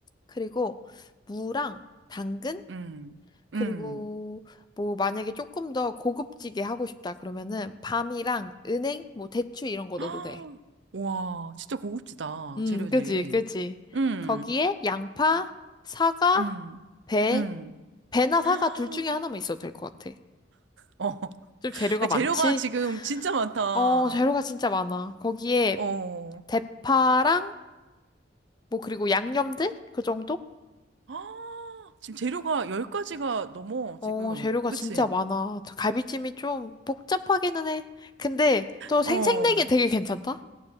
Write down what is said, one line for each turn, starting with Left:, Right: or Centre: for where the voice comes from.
Left: 그리고 무랑 당근
Right: 음,
Left: 그리고
Right: 음.
Left: 뭐 만약에 조금 더 고급지게 하고 싶다 그러면은 밤이랑 은행 뭐 대추 이런 거
Right: 아,
Left: 넣어도 돼.
Right: 와, 진짜 고급지다.
Left: 음,
Right: 재료들이.
Left: 그지, 그지.
Right: 음,
Left: 거기에 양파, 사과,
Right: 음,
Left: 배,
Right: 음.
Left: 배나 사과
Right: 아,
Left: 둘 중에 하나만 있어도 될 것 같아.
Right: 어,
Left: 좀 재료가
Right: 아, 재료가
Left: 많지?
Right: 지금 진짜 많다.
Left: 어, 재료가 진짜 많아. 거기에
Right: 어.
Left: 대파랑 뭐 그리고 양념들 그 정도?
Right: 아, 지금 재료가 열 가지가 넘어,
Left: 어,
Right: 지금.
Left: 재료가
Right: 그치?
Left: 진짜 많아. 갈비찜이 좀 복잡하기는 해. 근데 또
Right: 어.
Left: 생생내기 되게 괜찮다.